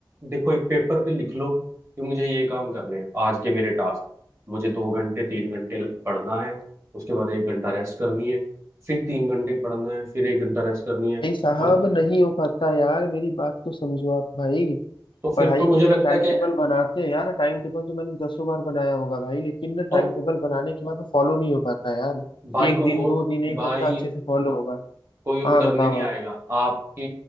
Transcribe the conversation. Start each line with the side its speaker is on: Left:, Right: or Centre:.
Right: देखो एक पेपर पे लिख लो कि मुझे ये काम करने हैं आज के मेरे टास्क मुझे दो घंटे तीन घंटे पढ़ना है उसके बाद एक घंटा रेस्ट करनी है फिर तीन घंटे पढ़ना है फिर एक घंटा रेस्ट करनी
Left: भाई
Right: है
Left: साहब
Right: और
Left: नहीं हो पाता यार मेरी बात तो समझो आप भाई
Right: तो
Left: पढ़ाई
Right: फिर तो मुझे
Left: के लिए
Right: लगता
Left: टाइम
Right: है कि
Left: टेबल बनाते हैं यार टाइम टेबल तो मैंने दसों बार बनाया होगा भाई लेकिन ना
Right: तो
Left: टाइम टेबल बनाने के बाद वो फॉलो नहीं हो पाता यार
Right: भाई
Left: एक
Right: कोई
Left: दिन
Right: और
Left: दो दिन एक
Right: भाई
Left: हफ्ता अच्छे से फॉलो होगा
Right: कोई और
Left: हाँ
Right: करने
Left: बताओ
Right: नहीं आएगा
Left: आप
Right: आपके